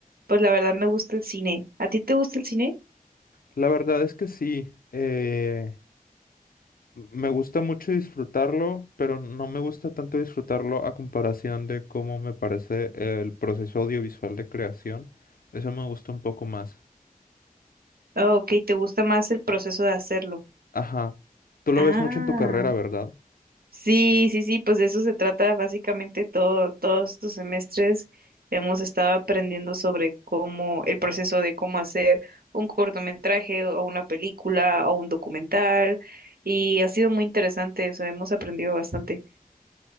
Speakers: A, on the right (about 80°); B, on the left (about 70°).
A: pues, la verdad me gusta el cine. ¿A ti te gusta el cine?
B: La verdad es que sí, eh, me gusta mucho disfrutarlo, pero no me gusta tanto disfrutarlo a comparación de cómo me parece el proceso audiovisual de creación. Eso me gusta un poco más.
A: Ah, ok, ¿te gusta más el proceso de hacerlo?
B: Ajá. Tú lo
A: Ah,
B: ves mucho en tu carrera, ¿verdad?
A: sí, sí, sí, pues de eso se trata básicamente todo, todos estos semestres hemos estado aprendiendo sobre cómo, el proceso de cómo hacer un cortometraje o una película o un documental y ha sido muy interesante, o sea, hemos aprendido bastante.